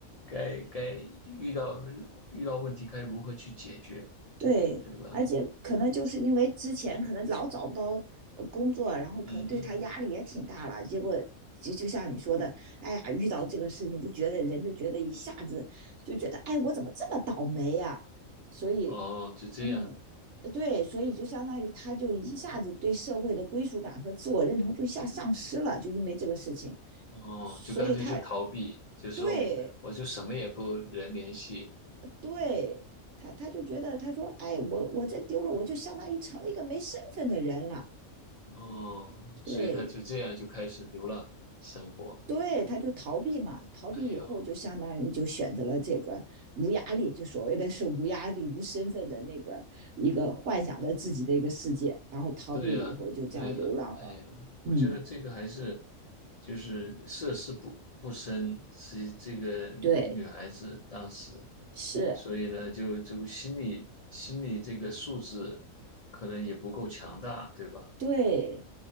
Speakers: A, on the left; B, on the right.
A: 该该遇到遇到问题该如何去解决，
B: 对，
A: 对吧？
B: 而且可能就是因为之前可能老找不到呃工作，然后可能对他压力也挺大了，
A: 嗯，
B: 结果就就像你说的，哎呀，遇到这个事情就觉得人就觉得一下子就觉得，哎，我怎么这么倒霉呀、所以，
A: 哦，就这样。
B: 嗯，对，所以就相当于他就一下子对社会的归属感和自我认同就一下丧失了，就因为这个事情，
A: 哦，
B: 所以他
A: 就干脆就逃避，就是说我我就什么也不人联系，
B: 对对他，他就觉得他说，哎，我我这丢了，我就相当于成了一个没身份的人了。
A: 哦，所以他就这样就开始流浪生活。
B: 对对，他就逃避嘛，逃避以后就相当于就选择了这个无压力，
A: 哎呦，
B: 就所谓的是无压力、无身份的那个一个幻想的自己的一个世界，然后逃避了以后就这样流浪了。
A: 对呀，对呀，哎呦，我觉得这个还是
B: 嗯，
A: 就是涉世不不深，是这个女孩子当时，
B: 对，是，
A: 所以呢，就就心理心理这个素质可能也不够强大，对吧？
B: 对，